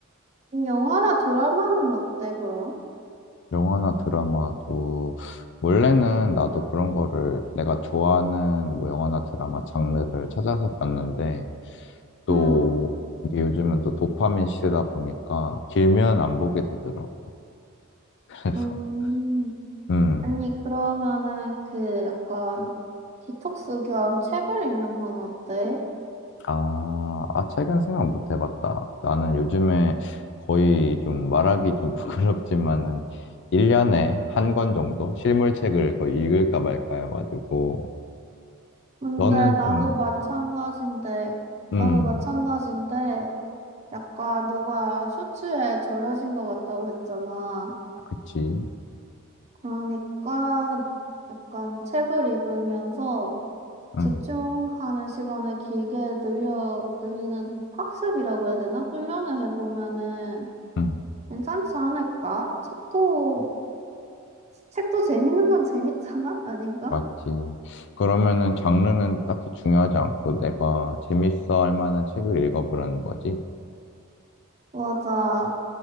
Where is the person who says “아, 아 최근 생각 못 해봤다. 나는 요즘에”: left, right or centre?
Left